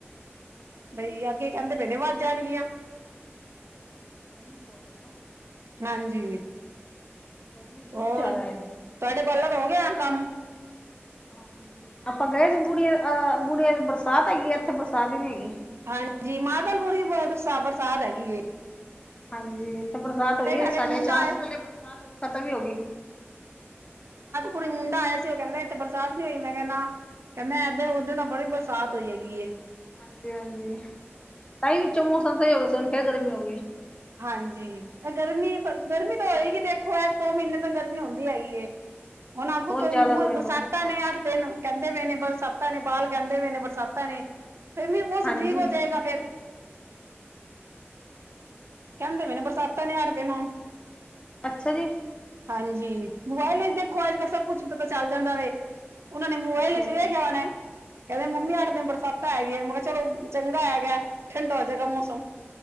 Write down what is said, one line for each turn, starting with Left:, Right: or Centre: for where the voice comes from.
Left: ਅੱਛਾ
Right: ਬਈ
Left: ਜੀ
Right: ਅੱਗੇ ਕਹਿੰਦੇ ਬੇ ਨੇ ਵੱਧ ਜਾਣਗੀਆ।
Left: ਅੱਛਾ ਜੀ ਗਰਮੀ ਬਹੁਤ ਐ ਨਾ।
Right: ਹਾਂਜੀ
Left: ਗਰਮੀ ਬਹੁਤ
Right: ਹੋਰ
Left: ਜ਼ਿਆਦਾ
Right: ਤੁਹਾਡੇ
Left: ਹੈਗੀ।
Right: ਬਾਲਾ ਦਾ ਹੋਗਿਆ ਏ ਕੰਮ
Left: ਹਾਂਜੀ ਆਪਾ ਗਏ ਸੀ ਬੁੜੀਏ ਅਹ ਬੁੜੀਏ ਬਰਸਾਤ ਹੈਗੀ ਐ ਇੱਥੇ ਬਰਸਾਤ ਈ ਨੀ ਹੈਗੀ।
Right: ਹਾਂਜੀ ਮਾਦਲਪੁਰੀ ਬ-ਬਹੁਤ ਬਰ -ਬਰਸਾਤ ਹੈਗੀ ਏ।
Left: ਹਾਂ ਜੀ ਇੱਥੇ ਬਰਸਾਤ ਹੋਈ ਏ
Right: ਘਰ ਇੱਕ
Left: ਸਾਡੇ
Right: ਮੁੰਡਾ
Left: ਜਾਣ
Right: ਆਇਆ
Left: ਤੋ ਪਹਿਲੇ ਬਰਸਾਤ ਹੋਕੇ ਖ਼ਤਮ ਈ ਹੋ ਗਈ।
Right: ਹੁਨੇ ਮੁੰਡਾ ਆਇਆ ਸੀ ਉਹ ਕਹਿੰਦਾ ਇੱਥੇ ਬਰਸਾਤ ਨੀ ਹੋਈ ਮੈਂ ਕਿਹਾ ਨਾ ਕਹਿੰਦਾ ਏਦੇ ਓਦੇ ਤਾ ਬੜੀ ਬਰਸਾਤ ਤ ਹੋਈ ਹੇਗੀ ਏ।
Left: ਹਾਂਜੀ ਹਾਂਜੀ ਤਾਂਹੀ ਵਿੱਚੋ ਮੌਸਮ ਸਹੀ ਹੋ ਗਿਆ ਸੀ ਹੁਣ ਫੇਰ ਗਰਮੀ ਹੋ ਗਈ।
Right: ਹਾਂਜੀ ਇਹ ਗਰਮੀ ਪਰ ਗਰਮੀ ਤਾ ਹੋਏਗੀ ਦੇਖੋ ਐਸ ਦੋ ਮਹੀਨੇ ਤਾਂ ਗਰਮੀ ਹੁੰਦੀ ਹੈਗੀ ਐ। ਹੁਣ ਆਗੂ
Left: ਬਹੁਤ
Right: ਤੋਂ
Left: ਜ਼ਿਆਦਾ ਗਰਮੀ
Right: ਬਰਸਾਤਾਂ
Left: ਹੋ ਗਈ ਨਾ
Right: ਨੇ ਅੱਠ ਦਿਨ ਕਹਿੰਦੇ ਪਏ ਨੇ। ਬਰਸਾਤਾਂ ਨੇ ਬਾਲ ਕਹਿੰਦੇ ਪਏ ਨੇ ਬਰਸਾਤਾਂ ਨੇ ਫਿਰ ਵੀ ਮੌਸਮ
Left: ਹਾਂਜੀ
Right: ਠੀਕ ਹੋ ਜਾਏਗਾ ਫੇਰ। ਕਹਿੰਦੇ ਪਏ ਨੇ ਬਰਸਾਤਾਾਂ ਨੇ ਅੱਠ ਦਿਨ ਹੁਣ।
Left: ਅੱਛਾ ਜੀ।
Right: ਹਾਂਜੀ ਮੋਬਾਇਲ ਵਿੱਚ ਦੇਖੋ ਅੱਜ ਕੱਲ ਸਭ ਕੁਛ ਪਤਾ ਚੱਲ ਜਾਂਦਾ ਵੇ। ਉਹਨਾ ਨੇ
Left: ਹਾਂਜੀ-ਹਾਂਜੀ।
Right: ਮੋਬਾਇਲ ਵਿੱਚ ਵੇਖਿਆ ਹੋਣਾ ਏ ਕਹਿੰਦੇ ਮੰਮੀ
Left: ਅੱਛਾ
Right: ਅੱਠ
Left: ਜੀ,
Right: ਦਿਨ ਬਰਸਾਤ ਹੇਗਿਆ। ਚਲੋ ਚੰਗਾ ਹੇਗਾ ਠੰਡਾ ਹੋ ਜਾਏਗਾ ਮੌਸਮ।